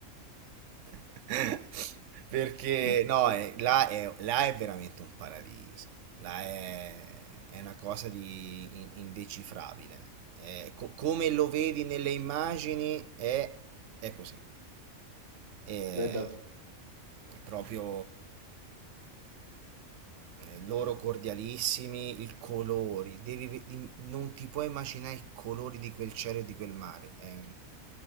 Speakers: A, on the right; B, on the right.
A: <laughs> Perché
B: <laughs>
A: no, è- là, è, là è veramente un paradiso. Là è, è una cosa di in- indecifrabile. È co- come lo vedi nelle immagini è, è così. È
B: Non è da-
A: proprio eh, loro cordialissimi, i colori. Devi ve- im- non ti puoi immaginare i colori di quel cielo e di quel mare. È-